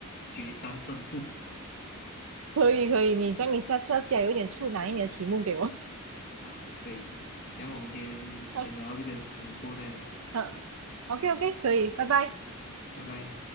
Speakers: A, on the left; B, on the right.
A: 决战胜负。
B: 可以可以，你这样你下次要加有一点处难一点的题目给我。
A: 好，可以。然后我们今天先聊到这边，
B: <laughs>
A: 我们过后再聊，
B: 嗯，OK OK，可以，拜拜。
A: 拜拜。